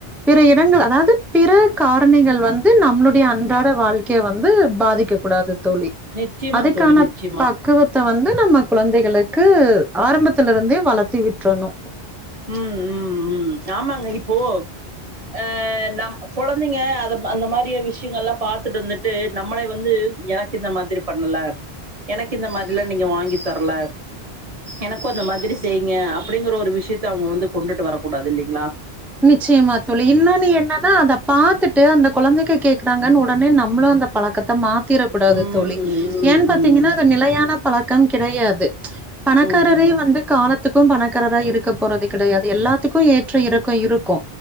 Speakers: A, in the centre; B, on the right.
A: பிற இடங்கள் அதாவது பிற காரணிகள் வந்து நம்ளுடைய அன்றாட வாழ்க்கைய வந்து பாதிக்க கூடாது தோழி
B: நிச்சயமாங்க
A: அதுக்கான
B: தோழி நிச்சயமா
A: பக்குவத்த வந்து நம்ம கொழந்தைகளுக் கு ஆரம்பத்துல இருந்தே வளத்தி விட்ரணு
B: ம் ம் ம் ஆமாங்க இப்போ ஆ நம் கொழந்தைங்க அது அந்த மாரிய விஷ்யங்கள்லா பாத்துட்டு வந்துட் டு நம்மளை வந்து எனக்கு இந்த மாதிரி பண்ணல எனக்கு இந்த மாதிரிலா நீங்க வாங்கி தர்ல எனக்கு அந்த மாதிரி செய்ங்க அப்டிங்கற ஒரு விஷயத்த அவுங்க வந்து கொண்டுட்டு வரக்கூடாது இல்லைங்ளா
A: நிச்சயமா தோழி இன்னொன்னு என்னன்னா பாத்துட்டு அந்த கொழந்தைக்க கேக்குறாங்கன் உடனே நம்ளு அந்த பழக்கத்த மாத் தீரக்கூடாது
B: ம்
A: தோழி
B: ம்
A: ஏன் பாத்தீங்கன்னா
B: ம்
A: அது நிலையான பழக்கம் கிடையாது பணக்காரரையு
B: ம்
A: வந்து காலத்துக்கு பணக்காரரா இருக்க போறது கடையாது எல்லாத்துக்கு ஏற்ற இறக் கோ இருக்கு